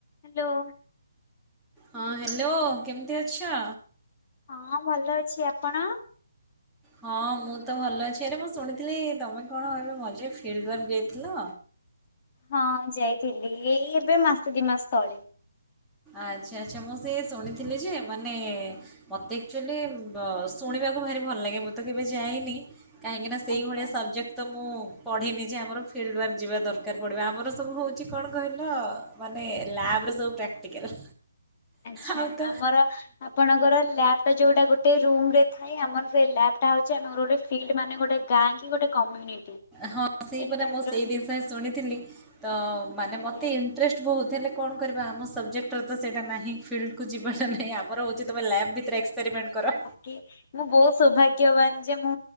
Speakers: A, on the left; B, in the centre.
A: Hello.
B: ହଁ hello. କେମିତି ଅଛ?
A: ହଁ ଭଲ ଅଛି ଆପଣ?
B: ହଁ ମୁଁ ତ ଭଲ ଅଛି ଆରେ ମୁଁ ଶୁଣିଥିଲି ତମେ କଣ ଏବେ ମଝିରେ ଫିଲ୍ଦ ୱାର୍କ ଯାଇଥିଲ?
A: ହଁ ଯାଇଥିଲି ଏଇ ଏବେ ମାସେ ଦି ମାସ ତଳେ।
B: ଆଚ୍ଛା ଆଚ୍ଛା ମୁଁ ସେ ଶୁଣିଥିଲି ଯେ ମାନେ ମତେ ଆକ୍ଚୁଆଲି ଶୁଣିବାକୁ ଭାରି ଭଲ ଲାଗେ ମୁଁ ତ କେବେ ଯାଇନି କାହିଁକି ନା ସେଇଭଳିଆ
A: ଆଜ୍ଞା
B: ସବଜେକ୍ଟ ତ ମୁଁ ପଢ଼ିନି ଯେ ଆମର ଫିଲ୍ଡୱାର୍କ ଯିବା ଦରକାର ପଡ଼ିବ ଆମର ସବୁ ହଉଛି କଣ କହିଲ ମାନେ ଲାବରେ ସବୁ ପ୍ରାକ୍ଟିକାଲ।
A: ଆଛା
B: ଆଉ ତ
A: ଆମର ଆପଣଙ୍କ ର ଲ୍ୟାବ ଟା ଯୋଉଟା ଗୋଟେ ରୁମ ରେ ଥାଏ ଆମର ସେଇ ଲ୍ୟାବ ଟା ହଉଛି ଆମର ଗୋଟେ ଫିଲ୍ଡ ମାନେ ଗୋଟେ ଗାଁ କି ଗୋଟେ କମ୍ୟୁନିଟି।
B: ହଁ ସେହିପରା
A: ଏଇ ଟାଇପ୍
B: ମୁଁ
A: ର
B: ସେଇ ଜିନିଷ ହିଁ ଶୁଣିଥିଲି ତ ମାନେ
A: ଆଜ୍ଞା
B: ମୋତେ ଇଣ୍ଟରେଷ୍ଟ ବହୁତ ହେଲେ କଣ କରିବା ଆମ ସବଜେକ୍ଟର ତ ସେଇଟା ନାହିଁ ଫିଲ୍ଡକୁ ଯିବାଟା ନାହିଁ ଆ ଆମର ହଉଛି ତମେ ଲ୍ୟାବ ଭିତରେ ଏକ୍ସପେରିମେଣ୍ଟ କର।
A: କି ମୁଁ ବହୁତ ସୌଭାଗ୍ୟବାନ ଯେ ମୁଁ